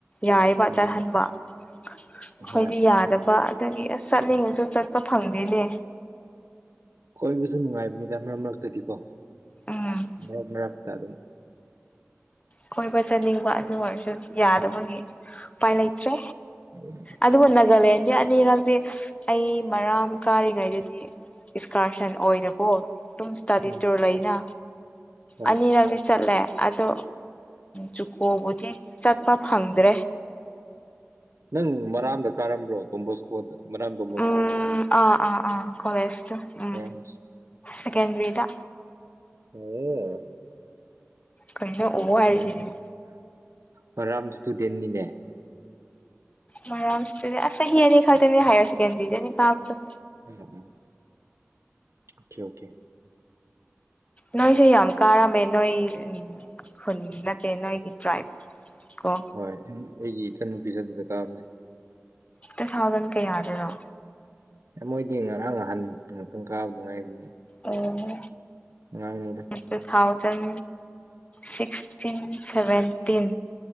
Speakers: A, on the left (about 30°); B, on the right (about 85°).
A: ꯌꯥꯔꯤꯕ
B: ꯃꯥꯅꯤ
A: ꯆꯠꯍꯟꯕ ꯑꯩꯈꯣꯏꯗꯤ
B: ꯍꯣꯏ
A: ꯌꯥꯗꯕ ꯑꯗꯒꯤ ꯑꯁ ꯆꯠꯅꯤꯡꯉꯁꯨ ꯆꯠꯄ ꯐꯪꯗꯦꯅꯦ
B: ꯀꯣꯏꯕꯁꯨ ꯅꯨꯡꯉꯥꯏꯕꯅꯤꯗ ꯃꯔꯛ ꯃꯔꯛꯇꯗꯤꯀꯣ
A: ꯎꯝ
B: ꯃꯔꯛ ꯃꯔꯛꯇ ꯑꯗꯨꯝ
A: ꯀꯣꯏꯕ ꯆꯠꯅꯤꯡꯕ ꯑꯗꯨ ꯑꯣꯏꯔꯁꯨ ꯌꯥꯗꯕꯒꯤ ꯎꯄꯥꯏ ꯂꯩꯇ꯭ꯔꯦ
B: <inaudible>
A: ꯑꯗꯨꯕꯨ ꯅꯥꯒꯥꯂꯦꯟꯒꯤ ꯑꯅꯤꯔꯛꯇꯤ ꯑꯩ ꯃꯔꯥꯝ ꯀꯥꯔꯤꯉꯩꯗꯗꯤ ꯏꯁꯀꯥꯔꯁꯟ ꯑꯣꯏꯅꯀꯣ ꯑꯗꯨꯝ ꯏꯁꯇꯥꯗꯤꯔ
B: ꯎꯝ
A: ꯇꯨꯔ ꯂꯩꯅ
B: ꯍꯣꯏ
A: ꯑꯅꯤꯔꯛꯗꯤ ꯆꯠꯂꯦ ꯑꯗꯣ ꯖꯨꯀꯣꯕꯨꯗꯤ ꯆꯠꯄ ꯐꯪꯗ꯭ꯔꯦ
B: ꯅꯪ ꯃꯔꯥꯝꯗ ꯀꯥꯔꯝꯕ꯭ꯔꯣ ꯇꯣꯝꯕꯣꯁ ꯀꯣꯗ ꯃꯔꯥꯝꯗꯣ
A: ꯎꯝ ꯑꯥ ꯑꯥ ꯑꯥ ꯀꯣꯂꯦꯖ ꯇ ꯎꯝ
B: ꯑꯣ
A: ꯁꯦꯀꯦꯟꯗꯔꯤꯗ
B: ꯑꯣꯌꯣ
A: ꯀꯩꯅꯣ ꯑꯣ ꯍꯥꯏꯔꯤꯁꯤꯑꯣ
B: ꯃꯥꯅꯤ. ꯃꯔꯥꯝ ꯁ꯭ꯇꯨꯗꯦꯟꯅꯤꯅꯦ
A: ꯃꯔꯥꯝ ꯏꯁꯇꯨꯗꯦ ꯑꯁ ꯆꯍꯤ ꯑꯅꯤ ꯈꯛꯇꯅꯤ ꯍꯥꯏꯌꯔ ꯁꯦꯀꯦꯟꯗ꯭ꯔꯤꯗꯅꯤ ꯀꯥꯕꯗꯣ
B: ꯎꯝ ꯎꯝ ꯈꯦ ꯑꯣꯈꯦ
A: ꯅꯣꯏ ꯁꯤ ꯌꯥꯝ ꯀꯥꯔꯃꯦ ꯅꯣꯏ ꯎꯝ ꯍꯨꯟ ꯅꯠꯇꯦ ꯅꯣꯏꯒꯤ ꯇ꯭ꯔꯥꯏꯞ ꯀꯣ
B: ꯍꯣꯏ ꯎꯝ ꯑꯩꯒꯤ ꯏꯆꯟꯅꯨꯄꯤꯁꯨ ꯑꯗꯨꯗ ꯀꯥꯕꯅꯦ
A: ꯇꯨ ꯊꯥꯎꯖꯟ ꯀꯌꯥ ꯗꯔꯣ
B: ꯑꯦ ꯃꯣꯏꯗꯤ ꯉꯔꯥꯡ ꯉꯍꯥꯟ ꯉꯥꯛꯇꯪ ꯀꯥꯕꯗꯨ ꯉꯥꯏꯕꯅꯤ
A: ꯑꯣꯍꯣ
B: ꯑꯉꯥꯡ ꯅꯤꯗ
A: ꯇꯨ ꯊꯥꯎꯖꯟ ꯁꯤꯛꯁꯇꯤꯟ ꯁꯚꯦꯟꯇꯤꯟ